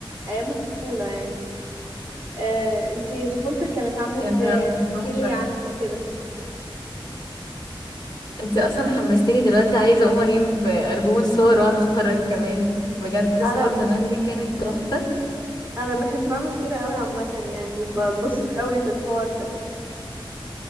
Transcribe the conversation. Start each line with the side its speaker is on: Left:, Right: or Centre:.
Right: ايام الطفوله يعني آه انتي طفولتك كانت عامله
Left: يا نهار
Right: ازاي يعني
Left: أبيض،
Right: احكيلي
Left: تحفة
Right: عنها كده
Left: انتي اصلا حمستيني دلوقتي عايزة اقوم اجيب ألبوم الصور واقعد اتفرج كمان بجد
Right: انا
Left: صور زمان دي كانت تحفة
Right: انا بحب اعمل كده قوي عامه يعني بتبسط قوي بالحوار ده